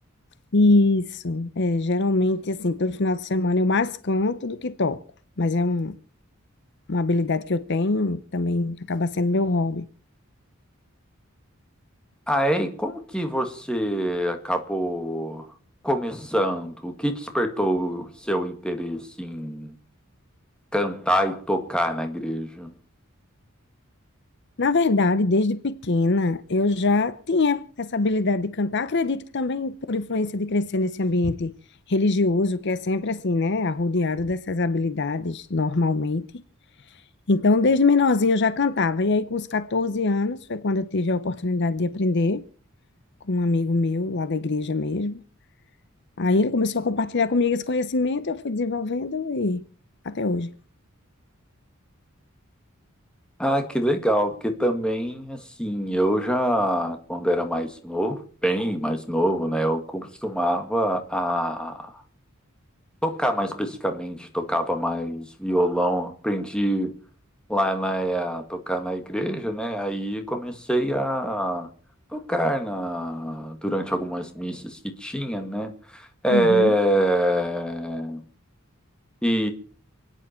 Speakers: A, on the left (about 55°); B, in the centre.
A: Isso, é, geralmente, assim, todo final de semana eu mais canto do que toco, mas é um- uma habilidade que eu tenho, também acaba sendo meu hobby.
B: Ah, é? e como que você acabou começando? O que despertou o seu interesse em cantar e tocar na igreja?
A: Na verdade, desde pequena, eu já tinha essa habilidade de cantar, acredito que também por influência de crescer nesse ambiente religioso, que é sempre assim, né, arrodeado dessas habilidades, normalmente. Então, desde menorzinha eu já cantava, e aí com os 14 anos foi quando eu tive a oportunidade de aprender, com um amigo meu lá da igreja mesmo. Aí ele começou a compartilhar comigo esse conhecimento, eu fui desenvolvendo e até hoje.
B: Ah, que legal, porque também, assim, eu já, quando era mais novo, bem mais novo, né, eu costumava a Tocar mais especificamente, tocava mais violão. Aprendi lá na, a tocar na igreja, né? Aí comecei a tocar na, durante algumas missas que tinha, né? É,
A: Uhum,
B: e